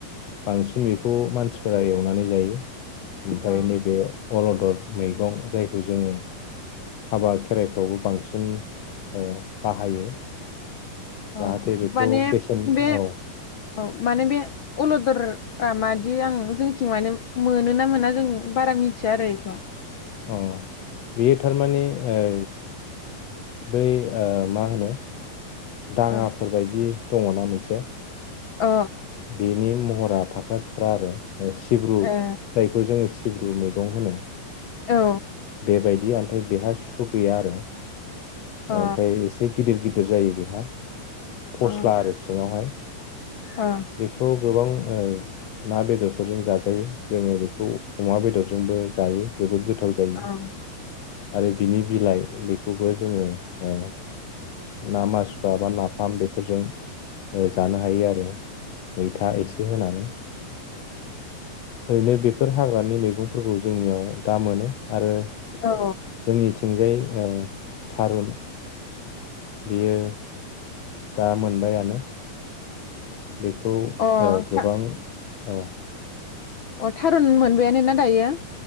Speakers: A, on the left; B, on the left.
A: बांसिन बेखौ मानसिफोरा एवनानै जायो। ओमफाय
B: औ
A: नैबे अलदद मैगं जायखौ जोङो हाबा खेराइफ्रावबो बांसिन ओ बाहायो। जाहाथे
B: औ‌
A: बेखौ
B: माने
A: बेसेन
B: बे
A: औ
B: औ माने बे अलदर रा मा बिदि आं जोंथिं माने मोनो ना मोना जों बारा मिथिया आरो बेखौ
A: अ बेयो थारमानि ओ‌ बै ओ मा होनो। दाङाफोरबायदि।
B: औ
A: दङ ना मोनसे।
B: अ
A: बेनि महद ब्रा थाख्रा सिख्रा आरो सिब्रु
B: ए
A: जायखौ जोङो सिब्रु मै गं होनो
B: औ
A: बेबाय बि आमथाय बेहा सु गैया आरो
B: अ
A: ओमफ्राय एसे गिदिर गिदिर गिदिर जायो बेहा फस्ला
B: अ
A: आरो सिङावहाय
B: अ
A: बेखौ गोबां ओ ना बेदरफोरजों जाजायो जोङो बेखौ अमा बेदरजोंबो जायो जोबोद गोथाव गोथाव जायो
B: अ
A: आरो बिनि बिलाइ बेखौबो जोङो ओ ना मासुवा बा नाफाम बेफोरजों जानो हायो आरो मैथा एसे होनानै ओरैनो बेफोर हाग्रानि मैगंफोरखौ जोंनियाव दा मोनो। आरो
B: औ
A: जोंनि थिंजाय ओ थारुन बियो दा मोनबायानो बेखौ
B: औ
A: ओ
B: अ
A: गोबां
B: था
A: औ
B: अ थारुन मोनबायानो ना दायो?